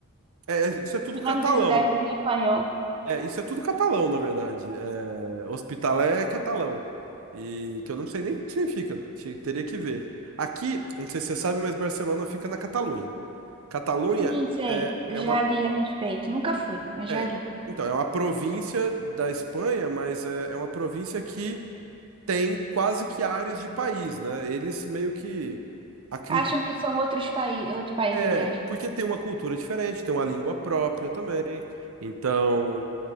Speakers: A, on the right (about 70°); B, on the right (about 25°).
A: É, é, isso é tudo
B: Os
A: catalão.
B: nomes dos lugares em espanhol.
A: É, isso é tudo catalão, na verdade. É, Hospitalet é catalão. E que eu não sei nem o que significa, te- teria que ver. Aqui, não sei se você sabe, mas Barcelona fica na Catalunha. Catalunha
B: Sim, sei.
A: é,
B: Eu
A: é
B: Já
A: uma.
B: li a respeito. Nunca fui, mas
A: É,
B: já li.
A: então, é uma província da Espanha, mas é, é uma província que tem quase que áreas de país, né? Eles meio que acreditam.
B: Acham que são outros países, outro país,
A: É,
B: aliás,
A: porque
B: né?
A: tem uma cultura diferente, tem uma língua própria também. Então.